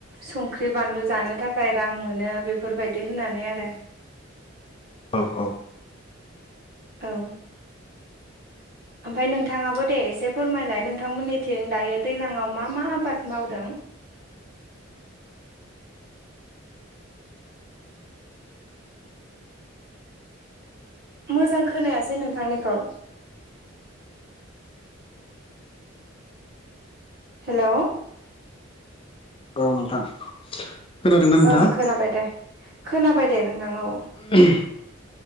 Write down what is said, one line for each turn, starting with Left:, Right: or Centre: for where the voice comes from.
Right: संख्रि बानलु जानो थाखाय थाखाय रां मोनो बेफोरबायदि होननानै आरो
Left: औ औ
Right: औ ओमफफ्राय नोंथाङाबो दे एसे फोरमायलाय नोंथांमोननिथिं दायो दैज्लाङाव मा मा आबाद मावदों मोजां खोनायासै नोंथांनिखौ हेलौ
Left: <unintelligible> नोंथां खोनादोंना नोंथाङा
Right: ओं खोनाबाय दे खोनाबाय दे नोंथां औ
Left: <unintelligible>